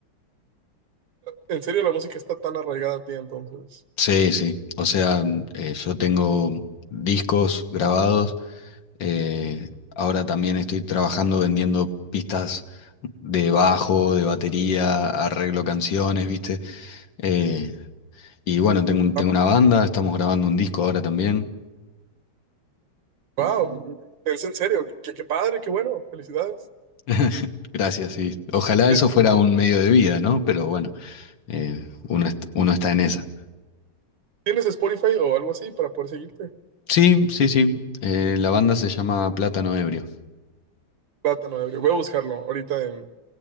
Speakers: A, on the right; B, on the left.
A: En serio, la música está tan arraigada a ti entonces.
B: Sí, sí, o sea, eh, yo tengo discos grabados Eh, ahora también estoy trabajando vendiendo pistas de bajo, de batería, arreglo canciones, ¿viste? Eh, y bueno, tengo, un- tengo
A: Wow,
B: una banda, estamos grabando un disco ahora también.
A: wow. es en serio, qué, qué padre, qué bueno, felicidades.
B: <laughs> Gracias, sí. Ojalá
A: Eh,
B: eso fuera un medio de vida, ¿no? Pero bueno, eh, uno, est- uno está en esa.
A: ¿Tienes Spotify o algo así para poder seguirte?
B: Sí, sí, sí. Eh, la banda se llama Plátano Ebrio.
A: Plátano ebrio, voy a buscarlo ahorita en,